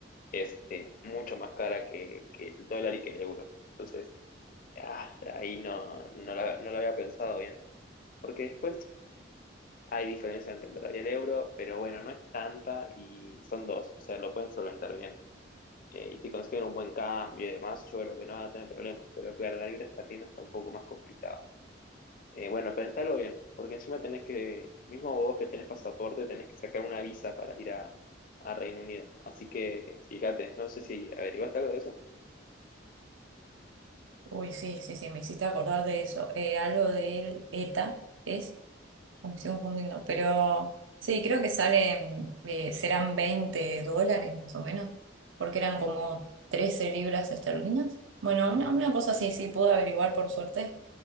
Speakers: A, on the left; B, on the right.
A: es eh, mucho más cara que, que el dólar y que el euro. Entonces, ah, ahí no, no la- no lo había pensado bien. Porque después hay diferencia entre el dólar y el euro, pero bueno, no es tanta y son dos, o sea, lo pueden solventar bien. Eh, y si consiguen un buen cambio y demás, yo creo que no van a tener problemas. Pero claro, la libra esterlina está un poco más complicada. Eh, bueno, pensalo bien, porque encima tenés que, mismo vos que tenés pasaporte, tenés que sacar una visa para ir a, a Reino Unido. Así que fíjate, no sé si averiguaste algo de eso.
B: Uy, sí, sí, sí, me hiciste acordar de eso. Eh, algo del ETA es. Como que estoy confundiendo, pero sí, creo que salen, eh, serán 20 dólares más o menos, porque eran como 13 libras esterlinas. Bueno, una, una cosa así, sí, pude averiguar por suerte.